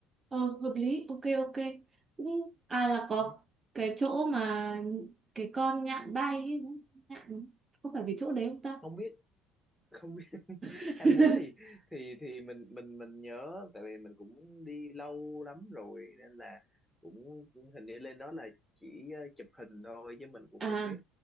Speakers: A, on the right; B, in the centre.
A: ờ hợp lý ok ok cũng à là có
B: ừ,
A: cái chỗ mà cái con nhạn bay ấy, đúng không? nhạn đúng không? có phải cái chỗ đấy không ta
B: không biết không biết <laughs>
A: <laughs>
B: hang múa thì thì thì mình mình mình nhớ tại vì mình cũng đi lâu lắm rồi nên là cũng hình như lên đó là chỉ ờ, chụp hình thôi chứ mình cũng
A: à
B: không biết